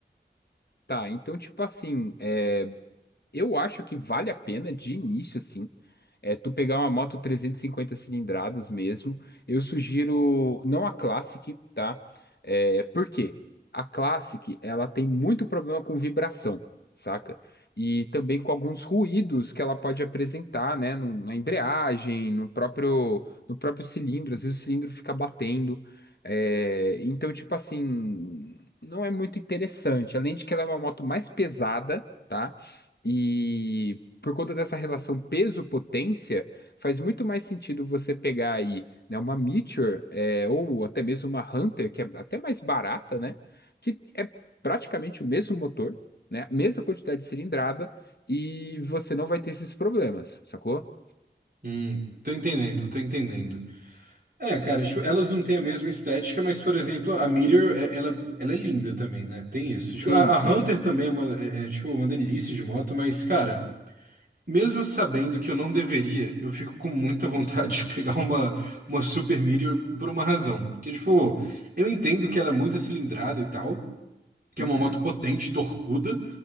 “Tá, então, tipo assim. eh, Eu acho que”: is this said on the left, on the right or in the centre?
Left